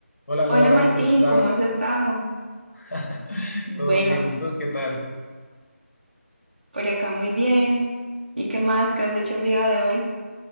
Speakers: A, on the left; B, on the right.
A: Hola Laura,
B: Hola Martín,
A: ¿cómo estás?
B: ¿cómo has estado?
A: <laughs>
B: Bueno,
A: ¿Todo bien? ¿Y tú qué tal?
B: por acá muy bien. ¿Y qué más? ¿Qué has hecho el día de hoy?